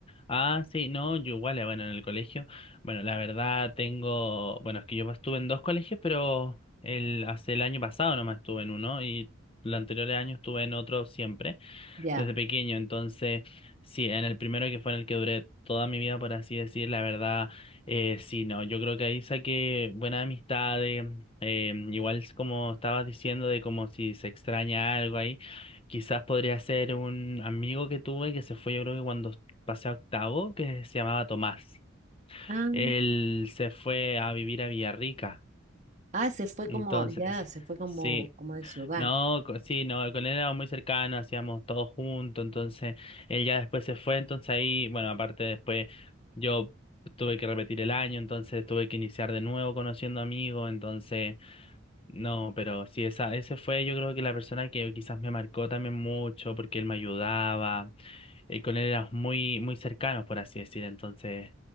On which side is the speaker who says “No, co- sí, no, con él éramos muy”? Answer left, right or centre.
Left